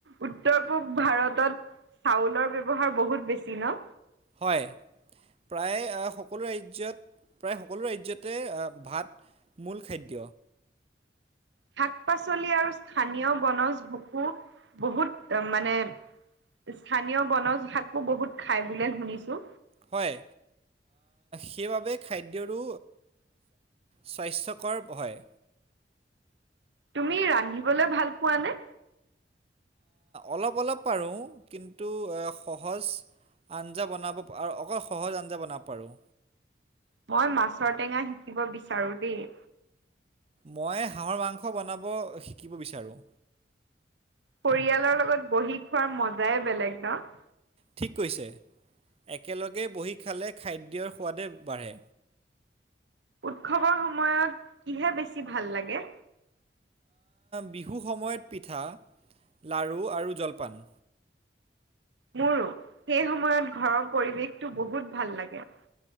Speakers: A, on the right; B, on the right.
A: উত্তৰ পূব ভাৰতত। চাউলৰ ব্যৱহাৰ বহুত বেছি ন'
B: হয়। প্ৰায় সকলো ৰাজ্যত প্ৰায় সকলো ৰাজ্যতে ভাত। মূল খাদ্য।
A: শাক পাচলি আৰু স্থানীয় বনজ বহু বহুত মানে। স্থানীয় বনজ শাকো বহুত খাই বুলে শুনিছোঁ।
B: হয়। সেইবাবে খাদ্যৰো স্বাস্থ্যকৰ হয়।
A: তুমি ৰান্ধিবলৈ ভাল পোৱানে?
B: অলপ অলপ পাৰোঁ কিন্তু সহজ। আঞ্জা বনাব আৰু অকল সহজ আঞ্জা বনাব পাৰোঁ।
A: মই মাছৰ টেঙা শিকিব বিচাৰোঁ দেই।
B: মই হাঁহৰ মাংস বনাব শিকিব বিচাৰোঁ।
A: পৰিয়ালৰ লগত বহি খোৱাৰ মজাই বেলেগ ন'
B: ঠিক কৈছে একেলগে বহি খালে খাদ্যৰ সোৱাদে বাঢ়ে।
A: উৎসৱৰ সময়ত কিহে বেছি ভাল লাগে।
B: বিহুৰ সময়ত পিঠা লাৰু আৰু জলপান।
A: মোৰো সেই সময়ত ঘৰৰ পৰিৱেশটো বহুত ভাল লাগে।